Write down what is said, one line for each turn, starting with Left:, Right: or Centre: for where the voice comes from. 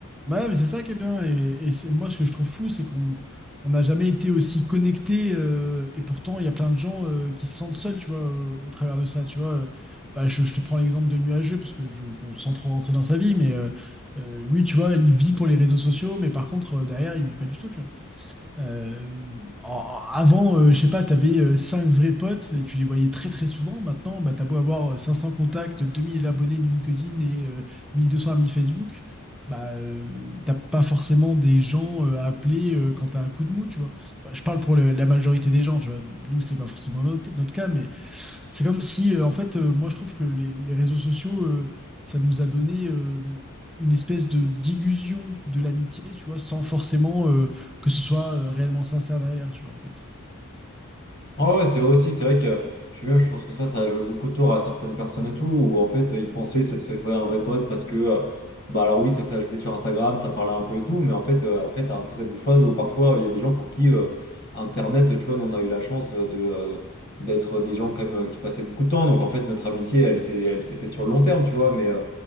Centre: Bah Ouais, mais c'est ça qui est bien. Et, et c'est, moi, ce que je trouve fou, c'est qu'on on n'a jamais été aussi connectés. euh, et pourtant, il y a plein de gens euh, qui se sentent seuls, tu vois, euh, au travers de ça. Tu vois, Euh, bah, je, je te prends l'exemple de Nuageux, parce que je, bon, sans trop rentrer dans sa vie, mais euh, euh, lui, tu vois, il vit pour les réseaux sociaux, mais par contre, euh, derrière, il vit pas du tout, tu vois. Euh, en- avant, euh, je sais pas, t'avais avais 5 vrais potes et tu les voyais très très souvent. Maintenant, bah, t'as beau avoir euh, 500 contacts, 2000 abonnés LinkedIn et euh, 1200 amis Facebook, bah, euh, t'as pas forcément des gens euh, à appeler euh, quand t'as un coup de mou, tu vois. Bah, je parle pour le- la majorité des gens, tu vois. Nous, c'est pas forcément notre, notre cas, mais c'est comme si, euh, en fait, euh, moi, je trouve que les, les réseaux sociaux, euh, ça nous a donné euh, une espèce de d'illusion de l'amitié, tu vois, sans forcément... euh, que ce soit euh, réellement sincère derrière, tu vois, en fait.
Left: Ah ouais, c'est vrai aussi, c'est vrai que je suis même, je pense que ça, ça a joué beaucoup de tours à certaines personnes et tout, où en fait, ils pensaient s'être fait frère un vrai pote parce que, euh, bah alors oui, ça s'est ajouté sur Instagram, ça parlait un peu et tout, mais en fait, euh, après, t'as un peu cette douche froide où parfois, il y a des gens pour qui euh, Internet, tu vois, nous, on a eu la chance de, euh, d'être des gens comme euh, qui passaient beaucoup de temps, donc en fait, notre amitié, elle s'est, elle s'est faite sur le long terme, tu vois, mais euh,